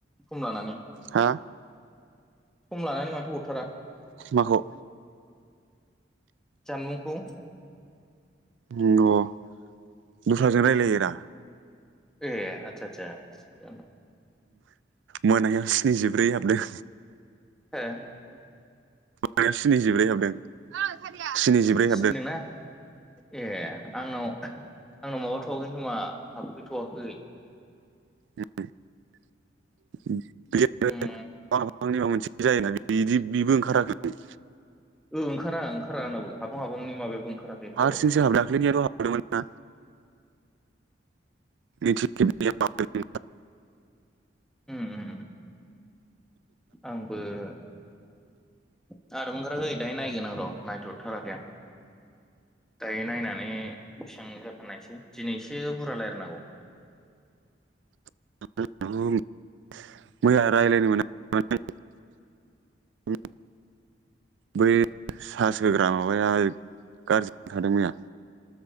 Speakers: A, in the centre; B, on the right.
A: खम लानानै
B: हा
A: सम लानानै माथो हरथारा
B: माखौ
A: जानमुंखौ
B: ओम अ दस्राजों रायलायो
A: ए आतसा आतसा
B: मोनायाव स्निजिब्रै हाबदों
A: <unintelligible>
B: मा स्निजिब्रै हाबदों स्निजिब्रै
A: सिस्न
B: हाबदों
A: सो धोंना ए आंनाव आंनाव माबाथ'वाखै होनोमा हाबफैथ'वाखै
B: ओम ओम
A: उम
B: नि माबा मोनसे जायोना बिदि बेबो ओंखाराखै
A: ओंखारा ओंखारा आंनाववो हाबां हाबांनि माबायाबो ओंखारा <inaudible>
B: हारसिंसो हाबदों दाख्लैनियाथ' हाबदोंमोन ना जि बे <inaudible>
A: ओम ओम आंबो आंनाबो ओंखाराखै दायो नायगोन आं र' नायथ'द थाराखै आं दायो नायनानै बेसेबां जाथारनायसै दिनैसो एसे बुरजा रायलायनांगौ
B: न <inaudible>
A: <unintelligible>
B: बै सार्स होग्रा माबाया गाज्रि थादों मैया